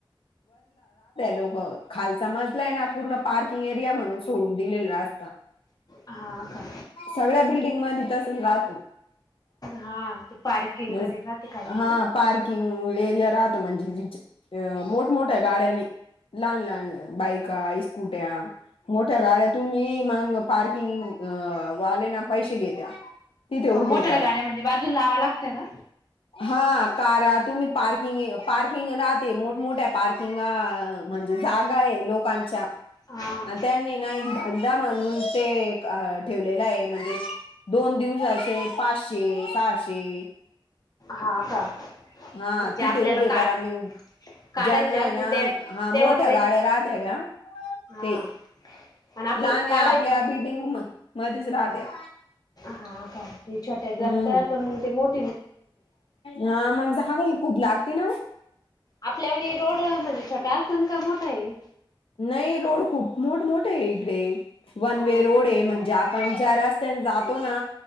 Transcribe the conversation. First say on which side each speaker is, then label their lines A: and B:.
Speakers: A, on the left (about 85°); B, on the left (about 45°).
A: लोक खालचा मजला आये ना पूर्ण पार्किंग एरिया म्हणून सोडून दिलेलं असत.
B: हा का
A: सगळ्या बिल्डिंग मध्ये तसच राहतो.
B: हा ते पार्किंग
A: <unintelligible>
B: करे का ते काय
A: हा.
B: आहे ना
A: पार्किंग एरिया राहतो म्हणजे ज जे मोठमोठ्या गाड्यांनी. लहान लहान बायका स्कूट्या मोठ्या गाड्या तुम्ही मग पार्किंग वाले ना पैसे घेत्या. तिथे
B: हं
A: उभे
B: मोठ्याल्या
A: करा
B: गाड्या म्हणजे बाजूला लावाय लागत्या का?
A: हा कारा तुम्ही पार्किंग पार्किंग राहते मोठमठ्या पार्क <unintelligible> किंवा म्हणजे जागा ये लोकांच्या.
B: हा
A: आणि त्यांनी ना एक धंदा म्हणून ते एक ठेवलेला आहे मध्येच. दोन दिवसाचे पाचशे, सहाशे.
B: हा का.
A: हा
B: म्हणजे
A: तिथे
B: आपल्याला
A: उभे
B: का
A: करा. मीन
B: काढायचे
A: ज्यांना हाय
B: असली
A: ना,
B: ते
A: हा
B: तेव्हाच
A: मोठ्या
B: पैसे
A: गाड्या राहत्या का
B: हा
A: ते.
B: आणि आपली
A: लहाने
B: काढायची
A: आपल्या‌ बिल्डिंग म मध्येच ‌राहत्या.
B: हा का, ते छोट्या जमतंय,
A: हम्म
B: पण मग ते मोठ <unintelligible>
A: हा मग जागा खूप लागते ना
B: आपल्यावाणी रोड म्हणजे छोटा आसन का मोठा आहे?
A: नई रोड खूप मोठ मोठा आहे इकडे. वनवे
B: अ
A: रोड आहे म्हणजे आप पण ज्या रस्त्याने जातो ना,